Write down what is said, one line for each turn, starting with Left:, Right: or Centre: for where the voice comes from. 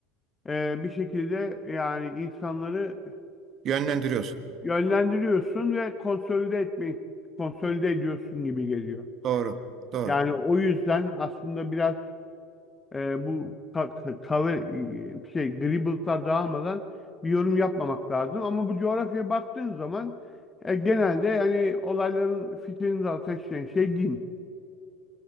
Left: e, bir şekilde yani insanları
Right: Yönlendiriyorsun.
Left: yönlendiriyorsun ve konsolide etmeyi konsolide ediyorsun gibi geliyor.
Right: Doğru. Doğru.
Left: Yani o yüzden aslında biraz e, bu ka- ka- cover e, şey dribble'lar dağılmadan bir yorum yapmamak lazım. Ama bu coğrafyaya baktığın zaman e, genelde yani olayların fitilini de ateşleyen şey din.